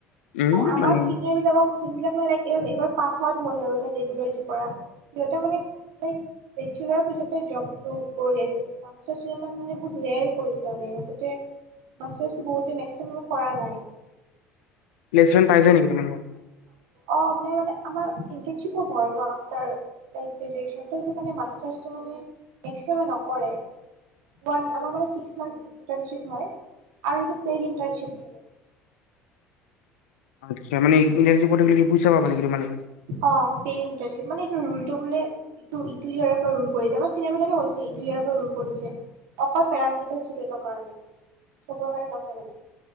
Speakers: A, on the left (about 65°); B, on the right (about 60°).
A: উম
B: আমাৰ
A: মানে
B: চিনিয়াৰ বিলাকক যোনবিলাক মানে ল এইবাৰ প ত হ'ল আৰু ন <unintelligible> ল যি কৰা। ইটো মানে বেতছেলাৰৰ পিছতে যব টো কৰি আছোঁ। চ চ মান মানে বহুৱাই এ কৰিছো গোটেই মেছেজ বহুতে মেছেজ। কৰা নাই।
A: প্লেছমেণ্ট পাইচে নেকি তোমালোকৰ।
B: অঁ মানে মানে আমাৰ ইণ্টাৰ্ণশ্বিপো হয় ন, আফটাৰ গ্ৰেজুৱেশ্যন তো সেইটো কাৰণে মাষ্টাৰ্চটো মানে এক্সেমে নকৰে ওৱান আমাৰ মানে ছিক্স মানথ ইণ্টাৰ্ণশ্বিপ হয় আৰু সেইটো পেড প্ৰচ থাকে।
A: আচ্ছা, মানে এণ্টাৰচিপত থাকিলে পইচা পাবা নেকি তোমালোকে।
B: অ পে এণ্টাৰ চিপ মানে এই টো ৰুল মানে আমাৰ ছিনিয়ৰ বিলাকে কৈছে এইটো ইয়াৰ ৰ পৰা ৰুল কৰিছে অকল পেৰামেডিকেলে ষ্টোদেনৰ কাৰনে চব ৰ কাৰনে নহয় মানে।